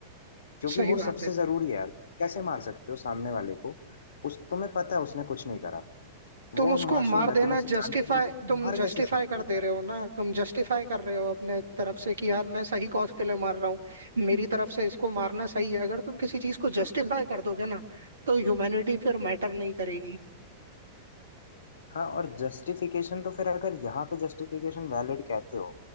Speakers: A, on the left; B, on the right.
A: क्योंकि
B: सही
A: वो
B: बात
A: सबसे
B: है
A: जरूरी है यार कैसे मार सकते हो सामने वाले को उस तुम्हें पता है उसने कुछ नहीं करा
B: तुम
A: वो
B: उसको
A: मासूम
B: मार
A: है
B: देना
A: तुम उसे
B: जस्टिफाई
A: जानते भी नहीं हो, तुम
B: तुम
A: मार
B: जस्टिफाई
A: कैसे सकते
B: कर
A: हो
B: दे रहे हो ना तुम जस्टिफाई कर रहे हो अपने तरफ से कि यार मैं सही कॉज के लिए मार रहा हूँ मेरी तरफ से इसको मारना सही है अगर तुम किसी चीज को जस्टिफाई कर दोगे ना तो ह्यूमैनिटी फिर मैटर नहीं करेगी
A: हाँ और जस्टिफिकेशन तो फिर अगर यहाँ पे जस्टिफिकेशन वैलिड कहते हो